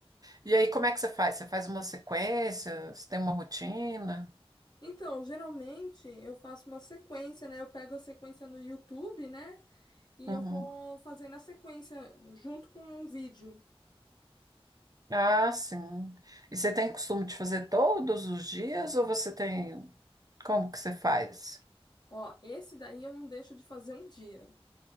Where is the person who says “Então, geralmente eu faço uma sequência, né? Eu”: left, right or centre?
Left